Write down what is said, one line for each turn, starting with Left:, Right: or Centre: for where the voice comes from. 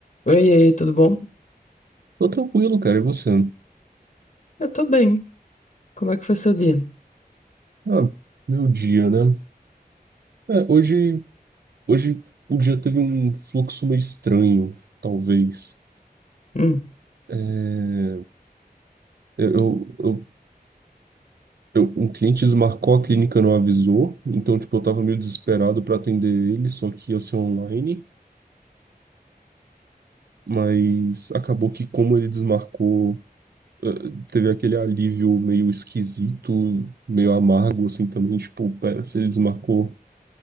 Left: Oi, e aí, tudo bom?
Right: Tô tranquilo, cara. E você?
Left: Eu tô bem. Como é que foi seu dia?
Right: Ah, meu dia, né? É, hoje, hoje o dia teve um fluxo meio estranho, talvez.
Left: Hum,
Right: É, eu, eu, eu- um cliente desmarcou, a clínica não avisou, então, tipo, eu tava meio desesperado para atender ele, só que ia ser online. Mas acabou que, como ele desmarcou, eh, teve aquele alívio meio esquisito, meio amargo, assim, também. Tipo, pera, se ele desmarcou,